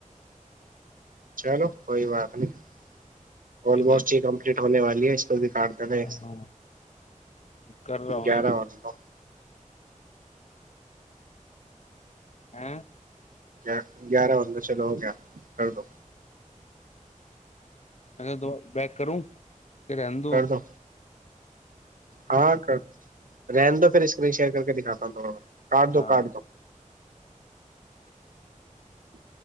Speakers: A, on the right; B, on the left.
A: چلو کوئی بات نہیں <unintelligible>
B: ٹھیک
A: آلموسٹ یہ کمپلیٹ ہونے والی ہے اس بھی کاٹتے نہیں
B: ہاں کر رہا ہوں
A: گیارہ
B: میرا
A: وال <unintelligible> ج <unintelligible>
B: ہاں
A: گ گیارہ بدہ چلو ہو گیا کر دو
B: ا دو بیک کروں پھرد
A: کر دو ہاں کر رہینن دو پھر اسکرین شیئر کر دکھاتا ہوں تھوڑا کاٹ
B: ہاں
A: دو کاٹ دو <inaudible>